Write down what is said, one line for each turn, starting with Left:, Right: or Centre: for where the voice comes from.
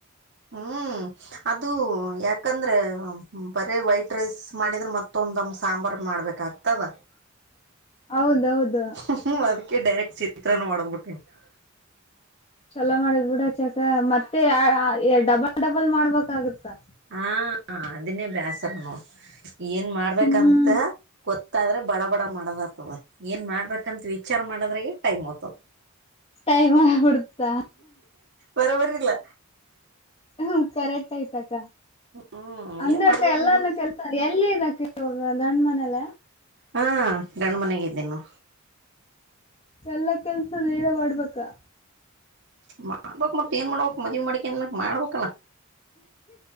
Right: ಹ್ಮ್ ಅದು ಯಾಕಂದ್ರೆ ಬರೇ ವೈಟ್ ರೈಸ್ ಮಾಡಿದ್ರೆ ಮತ್ತ ತೊಂದಮ ಸಾಂಬಾರ್ು ಮಾಡ್ಬೇಕ ಆಗ್ತದ <unintelligible>
Left: ಹೌದು ಹೌದು
Right: ಹ್ಮ ಅದಕ್ಕೆ ಡೈರೆಕ್ಟ್ ಚಿತ್ರನ ಮಾಡದ್ಬಿಟ್ಟೆ <unintelligible>
Left: ಚಲೋ ಮಾಡಿದ್ ಬಿಡ ಚಕ ಮತ್ತೆ ಡಬಲ್ ಡಬಲ್ ಮಾಡ್ಬೇಕಾಗತ್ತಾ
Right: ಹಾ ಅದನ್ನೇ ಬೇಸರನು ಏನ್ ಮಾಡ್ಬೇಕಂತ
Left: ಹ್ಮ್
Right: ಗೊತ್ತಾದ್ರೆ ಬಡ ಬಡ ಮಾಡದಾಗ್ತದ ಏನ್ ಮಾಡ್ಬೇಕಂತ ವಿಚಾರ ಮಾಡದ್ರಾಗ ಟೈಮ್ ಆಗ್್ತದ
Left: ೈಮ ಕೊತಾ
Right: ಬರೋಬರಿಲ್ಲ
Left: ಹ್ಮ ಕರೆಕ್ಟ್ ಐಪ್ಕ್ಕ
Right: ಹ್ಮ್
Left: ಅಂದ್ರಕ್ಕ
Right: ಏನ್ ಮಾಡ್ಬೇಕನ್
Left: ಎಲ್ಲಾನ
Right: ಗೊತ್ತ
Left: ಕೆಲ್ಸ ಎಲ್ಲಿ ಇದಕ್ಕ ಇವ ಗಂಡ ಮನೇಲೆ
Right: ಹಾ ಗಂಡ ಮನೆಗ ಇದ್ದೀನು
Left: ಎಲ್ಲ ಕೆಲ್ಸದರ ಮಾಡ್ಬೇಕಾ
Right: ಮಾಡ್ಬೇಕಕ್ ಮತ್ತತ್ ಏನ್ ಮಾಡ್ಬೇಕಕ್ ಮದ್ ಮಾಡಿಕೇನ್ ಮಕ್ ಮಾಡ್ಬೇಕಲ್ಲಾ